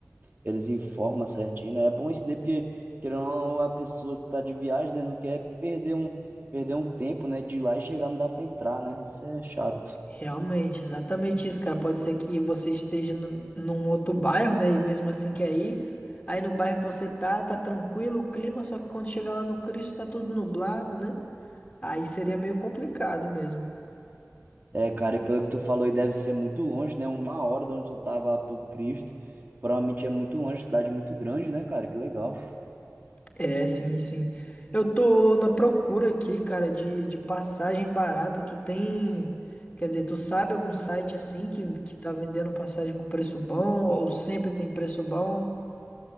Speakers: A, on the right; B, on the left.
A: eles informam certinho, né? É bom isso daí porque querendo ou não, a pessoa que tá de viagem, né, não quer perder um perder um tempo, né? De ir lá e chegar não dá para entrar, né? Isso é chato.
B: realmente, exatamente isso, cara. Pode ser que você esteja no, num outro bairro, né? E mesmo assim que aí, aí no bairro que você tá, tá tranquilo o clima, só que quando chega lá no Cristo tá tudo nublado, né? Aí seria meio complicado mesmo.
A: É, cara, e pelo que tu falou, aí deve ser muito longe, né? Uma hora de onde tu tava lá pro Cristo. Provavelmente é muito longe, cidade muito grande, né, cara? Que legal.
B: É, sim, sim. Eu tô na procura aqui, cara, de, de passagem barata. Tu tem, quer dizer, tu sabe algum site assim que, que tá vendendo passagem com preço bom ou sempre tem preço bom?